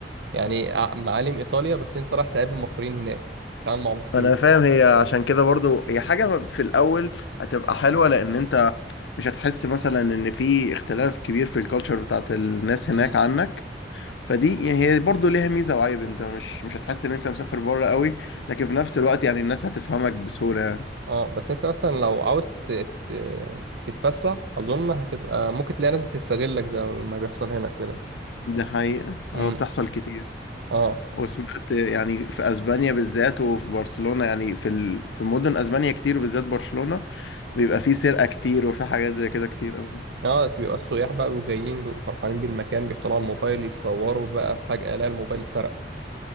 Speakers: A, on the right; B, on the left.
A: يعني ع- معالم ايطاليا بس انت رايح تقابل مصريين هناك تتعامل مع مصريين
B: انا فاهم هي عشان كده برضو هي حاجه في الاول هتبقى حلوه لان انت مش هتحس مثلا ان في اختلاف كبير في الكالتشر بتاعت الناس هناك
A: امم
B: عنك فدي يعني هي برضه ليها ميزة وعيب انت مش مش هتحس ان انت مسافر بره قوي لكن في نفس الوقت يعني الناس هتفهمك بسهولة يعني
A: اه بس انت مثلا لو عاوز ت- ت- تتفسح اظن هتبقى ممكن تلاقي ناس بتستغلك زي ما بيحصل هنا كده
B: ده حقيقة
A: امم
B: اه بتحصل كتير
A: اه
B: وسمعت يعني في اسبانيا بالذات وفي برشلونة يعني في ال... في مدن اسبانيا كتير وبالذات برشلونة بيبقى في سرقة كتير وفي حاجات زي كده كتير قوي
A: اه بيبقى السياح بقى بيبقوا جايين بيبقوا فرحانين بالمكان بيطلعوا الموبايل يتصوروا بقى فجأة لا الموبايل اتسرق